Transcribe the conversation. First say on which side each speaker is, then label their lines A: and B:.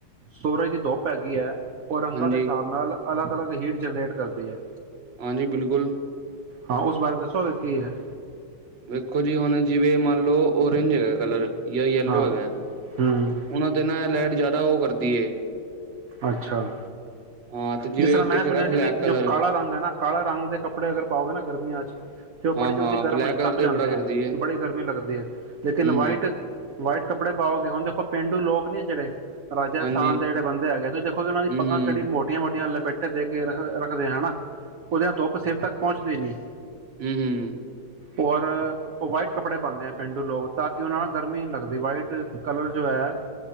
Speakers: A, on the right; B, on the right.
A: ਸੂਰਜ ਦੀ ਧੁੱਪ ਹੈਗੀ ਹੈ। ਓਹ ਰੰਗਾ
B: ਹਾਂਜੀ,
A: ਦੇ ਹਿਸਾਬ ਨਾਲ ਅਲੱਗ ਅਲੱਗ ਹੀਟ ਜਨਰੇਟ ਕਰਦੀ ਹੈ।
B: ਹਾਂਜੀ ਬਿਲਕੁਲ।
A: ਹਾਂ ਉਸ ਬਾਰੇ ਦੱਸੋਗੇ ਕੀ ਹੈ?
B: ਵੇਖੋ ਜੀ ਹੁਣ ਜਿਵੇਂ ਮੰਨ ਲਓ ਓਰੇਂਜ ਹੈਗਾ ਕਲਰ ਜਾਂ ਯੇਲੋ
A: ਹਾਂ
B: ਹੈਗਾ
A: ਹਮ
B: ਉਹਨਾਂ ਤੇ ਨਾ ਲਾਈਟ ਜ਼ਿਆਦਾ ਉਹ ਕਰਦੀ।
A: ਅੱਛਾ
B: ਹਾਂ ਤੇ ਜਿਵੇਂ
A: ਜਿਸ ਤਰ੍ਹਾਂ ਮੈਂ
B: ਇੱਕ
A: ਸੁਣਿਆ
B: ਹੈਗਾ
A: ਸੀ
B: ਬਲੈਕ
A: ਵੀ
B: ਕਲਰ
A: ਜੋ ਕਾਲਾ ਰੰਗ ਹੈ ਨਾ ਕਾਲਾ ਰੰਗ ਦੇ ਕੱਪੜੇ ਅਗਰ ਪਾਓਗੇ ਨਾ ਗਰਮੀਆਂ ਚ ਜੋ ਬੜੀ
B: ਹਾਂ-ਹਾਂ
A: ਜਲਦੀ ਗਰਮ
B: ਬਲੈਕ
A: ਹੋ ਜਾ
B: ਕਲਰ
A: ਤੱਪ
B: ਤੇ
A: ਜਾਂਦੇ
B: ਬੜਾ
A: ਹੈ
B: ਕਰਦੀ ਏ
A: ਬੜੀ ਗਰਮੀ ਲੱਗਦੀ ਹੈ
B: ਹੂੰ-ਹੂੰ
A: ਲੇਕਿਨ ਵਾਈਟ ਵਾਈਟ ਕੱਪੜੇ ਪਾਓਗੇ ਹੁਣ ਦੇਖੋ ਪੇਂਡੂ ਲੋਕ <unintelligible> ਰਾਜਸਥਾਨ
B: ਹਾਂਜੀ
A: ਦੇ ਜਿਹੜੇ ਬੰਦੇ ਹੈਗੇ ਨੇ ਤੁਸੀ ਦੇਖੋ ਕਿ ਉਹ ਦੀਆ
B: ਹੂੰ-ਹੂੰ
A: ਪੱਗਾਂ ਕਿੱਡੀ ਮੋਟੀਆਂ ਮੋਟੀਆਂ <unintelligible> ਦੇ ਕੇ ਰੱਖ ਰੱਖਦੇ ਹਨਾ ਉਹਦੇ ਨਾਲ ਧੁੱਪ ਸਿਰ ਤੱਕ ਪਹੁੰਚਦੀ ਨੀ।
B: ਹਮ ਹਮ।
A: ਔਰ ਉਹ ਵਾਈਟ ਕੱਪੜੇ ਪਾਉਂਦੇ ਹੈ ਪੇਂਡੂ ਲੋਕ ਤਾਂ ਕਿ ਉਹਨਾਂ ਨਾਲ ਗਰਮੀ ਨਹੀਂ ਲੱਗਦੀ ਵਾਈਟ ਕਲਰ ਜੋ ਹੈ